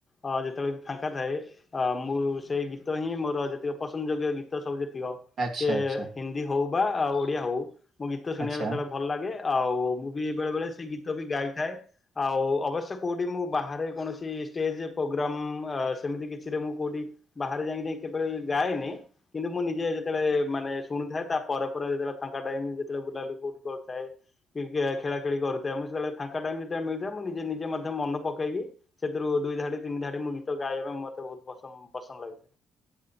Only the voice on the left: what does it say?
ଅ ଯେତେବେଳେ ଫାଙ୍କା ଥାଏ ଅ ମୁଁ ସେଇ ଗୀତ। ଗୀତ ହିଁ ମୋର ଯେକ ପସନ୍ଦଯୋଗ୍ୟ ଗୀତ ସବୁ ଯେତିକ
ସେ
ହିନ୍ଦ। ହଉ ବା ଆଉ ଓଡିଆ ହଉ ମୁଁ ଗୀତ ଶୁଣିବା
ସେତେବେଳେ ଭଲ ଲାଗେ ଆଉ ମୁଁ ବି ବେଳେ ବେଳେ ସେଇ ଗୀତ ବି ଗାଇଥାଏ। ଆଉ ଅବଶ୍ୟ କୋଉଠି ମୁଁ ବାହାରେ କୌଣସି ଷ୍ଟେଜ ପ୍ରୋଗ୍ରାମ ସେମିତି କିଛି। ମୁଁ କୋଉଠି ବାହାରେ ଯାଇକି କେତେବେଳେ ଗାଏନି। କିନ୍ତୁ ମୁଁ ନିଜେ ଯେତେବେଳେ ମାନେ ଶୁଣୁଥାଏ ତା ପରେ ଯେତେବେଳେ ଫାଙ୍କା ଟାଇମ ଯେତେବେଳେ ବୁଲାବୁଲି କୋଉଠି କରିୁଥାଏ। ଖେଳା ଖେଳି କରୁଥାଏ ମୁଁ ସେତେବେଳେ ଫାଙ୍କ ଟାଇମ ଯେତେବେଳେ ମିଳିଥାଏ ମୁଁ ନିଜେ ନିଜେ ମଧ୍ୟ ମନ ପକେଇକି। ସେଥିରୁ ଦୁଇ ଧାଡି ତିନି ଧାଡି ମୁଁ ଗୀତ ଗାଇବା ପାଇଁ ମତେ ବହୁତ ପସନ୍ଦ ପସନ୍ଦ ଲାଗୁଛି।